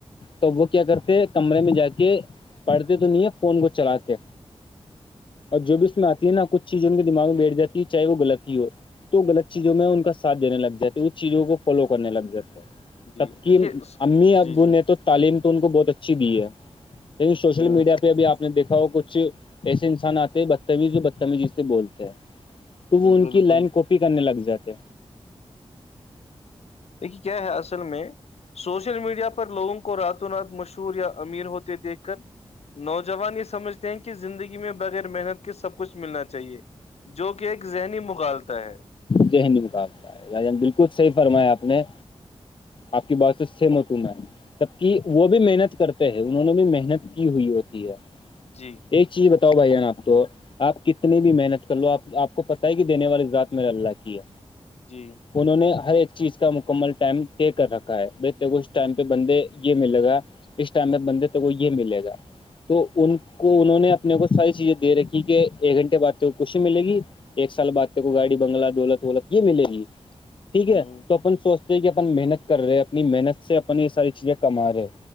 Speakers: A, on the left (about 50°); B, on the left (about 80°).
A: توب وہ کیا کرتے کمرے میں جا کے پڑھتے تو نہیں ہے فون کو چلاتے اور جو بھی اس میں آتی ہے نا کچ چیز ان کے دماغ میں بیٹھ جات ہے چاہے وہ غلط ہی ہو تو غلط چیزوں میں ان کا سھ دینے لگ جاتے اس چیزوں کو فالو کرنے لگ جاتے ہیں
B: جی
A: تب کی
B: دیکھیے
A: امی
B: جی
A: ابو
B: جی
A: نے تو تعلیم تو ان کو بہت اچھی دی ہے لیکن سوشل
B: ہ
A: میڈیا پہ اب آپ نے دیکھا ہو کچھ ایسے انسان آتے ہیں بدتمیز جو بدتمیزی سے بولتے ہیں تو وہ ان
B: بالکل
A: کی لائن کوپ کی کرنے لگ جاتے
B: دیکھیے کیا ہے اصل میں سوشل میڈیا پر لوگوں کو رات و رات مشہور یا امیر ہوتے دیکھ کر نوجوان یہ سمجھتے ہیں کہ زندگی میں بغیر محنت کے سب کچھ ملنا چاہیے جو کہ ایک ذہنی مغالتا ہے
A: جے ہنداب بالکل صحی فرمایا آپ نے آپ کی بات سے سمت ہوں میں جبک وہ بھی محنت کرتے ہیں انہوں نے بھی محنت کی ہوئی ہوتی ہے
B: جی
A: ایک چیز بتاؤ بھائی جان آپ کتنی بھی محنت کر لو آپ آپ کو پتہ ہی کہ دینے والی ذات میر نے اللہ کی ہے
B: جی
A: انہوں نے ہر ایک چیز کا مکمل ٹائم طے کر رکھا ہے اس ٹائم پہ بندے یہ ملے گا اس ٹائم میں بندے کو یہ ملے گا تو ان
B: ہوں
A: کو انہوں نے اپنے کو ساری چیزیں دے رکھی کہ ایک گھنٹے بعد جو خوشی ملے گی ایک سال بعد کے کو گاڑی بنگلہ دولت وولت یہ ملے گی ٹھیک
B: ہوں
A: ہے تو اپن سوچتے ہیں کہ اپن محنت کر رہے اپنی محنت سے اپن یہ ساری چیزیں کما رہے